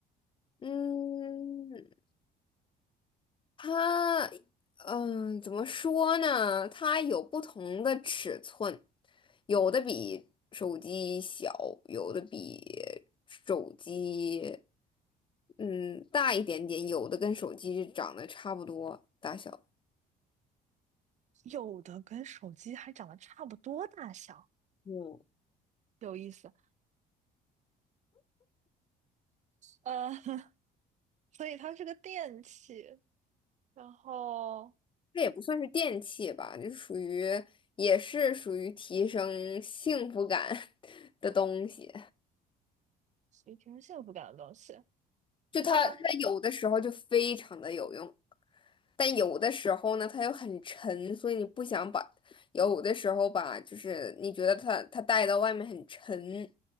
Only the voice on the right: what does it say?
有的跟手机还长得差不多大小，
有意思。呃，<laughs> 所以它是个电器，然后
也挺有幸福感的东西。
它